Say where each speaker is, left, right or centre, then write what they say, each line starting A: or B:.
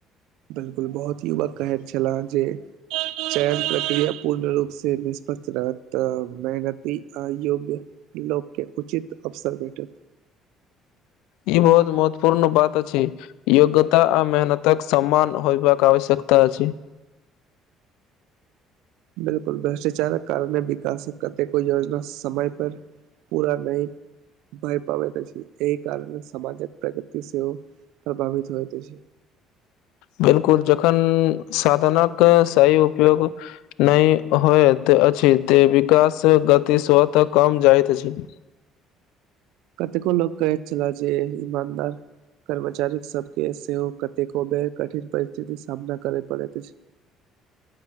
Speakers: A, on the right; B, on the left.
A: बिलकुल बहुत युवक कहैत छेलाह जे चयन प्रक्रिया पूर्ण रूप से निष्पक्ष रहत तऽ मेहनती आ योग्य लोक के उचित अवसर भेटत
B: ई बहुत महत्वपूर्ण बात अछि। योग्यता आ मेहनतक सम्मान होयबाक आवश्यकता अछि।
A: बिलकुल भ्रष्टाचारक कारणे विकासक कतेको योजना समय पर पूरा नैय। भय पाबैत अछि एहि कारण सामाजक प्रगति सेहो प्रभावित होइत अछि।
B: बिलकुल जखन साधनक सही उपयोग नै होयैत अछि ते विकास गति स्वतः कम जाइत अछि।
A: कतेको लोक कहैत छैला जे इमानदार कर्मचारी सब के सेहो कतेको बेर कठिन परिस्थितिक सामना करय पड़ैत अछि।